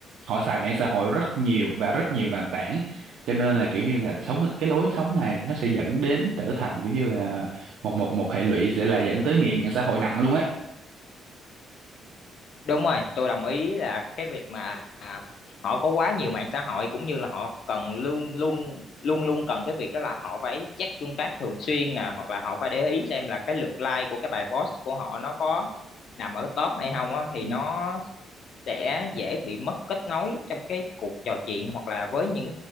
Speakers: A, on the right (about 75°); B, on the left (about 65°).
A: họ xài mạng xã hội rất nhiều và rất nhiều nền tảng cho nên là kiểu như là sống cái lối sống này nó sẽ dẫn đến trở thành kiểu như là một một một hệ lụy sẽ là dẫn tới nghiện mạng xã hội nặng luôn ấy
B: đúng rồi tôi đồng ý là cái việc mà à, họ có quá nhiều mạng xã hội cũng như là họ cần luôn luôn luôn luôn cần cái việc đó là họ phải check tương tác thường xuyên nè hoặc là họ phải để ý xem là cái lượt like của cái bài post của họ nó có nằm ở top hay không á thì
A: Ừ.
B: nó sẽ dễ bị mất kết nối trong cái cuộc trò chuyện hoặc là với những